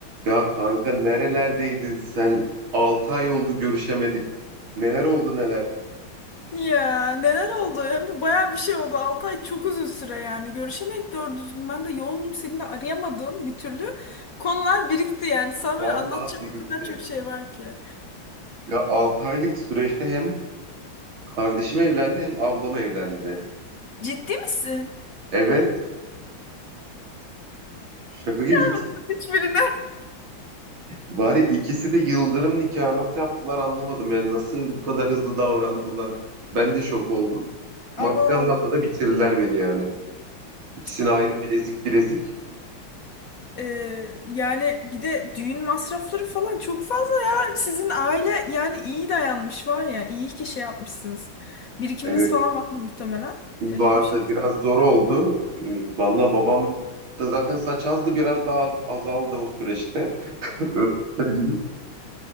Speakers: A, on the right; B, on the left.
A: Ya kanka nerelerdeydin sen? 6 ay oldu görüşemedik. Neler oldu neler?
B: Ya neler oldu? Hem de bayağı bir şey oldu. 6 ay çok uzun süre yani. Görüşemedik doğru düzgün. Ben de yoğundum. Seni de arayamadım bir türlü. Konular birikti yani. Sana
A: Vallahi
B: böyle anlatacak
A: birikti.
B: bu kadar çok şey var ki.
A: Ya 6 aylık süreçte hem kardeşim evlendi hem ablam evlendi.
B: Ciddi misin?
A: Evet. Şaka gibi ikisi,
B: <laughs> Hiçbirine.
A: var ya ikisi de yıldırım nikahı nasıl yaptılar anlamadım yani nasıl bu kadar hızlı davrandılar. Ben de şok oldum. Maddi
B: Aman Allah'ım.
A: anlamda da bitirirler beni yani. İkisini
B: Aman
A: ayrı
B: Allah'ım.
A: bilezik bilezik.
B: Ee, yani bir de düğün masrafları falan çok fazla ya. Sizin aile yani iyi dayanmış var ya. İyi ki şey yapmışsınız. Birikiminiz
A: Evet.
B: falan vardı muhtemelen.
A: Vardı.
B: Ee, o şekilde.
A: Biraz zor oldu. Ee, Valla babam da zaten saç azdı. Biraz daha az- azaldı o süreçte. Öyle söyleyeyim.